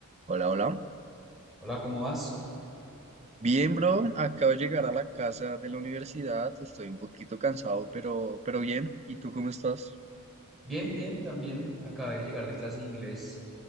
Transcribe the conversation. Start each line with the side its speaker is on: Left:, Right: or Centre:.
Right: Hola, hola.
Centre: Hola, ¿cómo vas?
Right: Bien, bro. Acabo de llegar a la casa de la universidad. Estoy un poquito cansado, pero, pero bien. ¿Y tú cómo estás?
Centre: Bien, bien, también acabé de llegar de clase de inglés